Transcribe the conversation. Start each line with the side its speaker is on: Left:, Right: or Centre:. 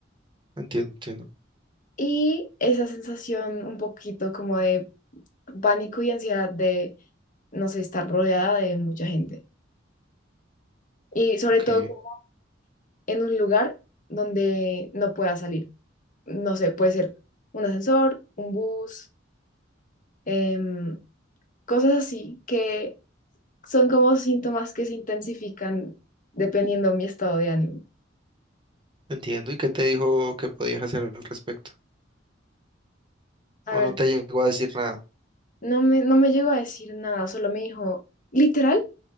Right: entiendo, entiendo.
Left: Y esa sensación un poquito como de pánico y ansiedad de, no sé, estar rodeada de mucha gente. Y sobre
Right: Ok,
Left: todo como en un lugar donde no pueda salir. No sé, puede ser un ascensor, un bus, em, cosas así que son como síntomas que se intensifican dependiendo de mi estado de ánimo.
Right: entiendo. ¿Y qué te dijo que podías hacer al respecto?
Left: A
Right: ¿O
Left: ver,
Right: no te llegó a decir nada?
Left: no me, no me llegó a decir nada, solo me dijo, literal,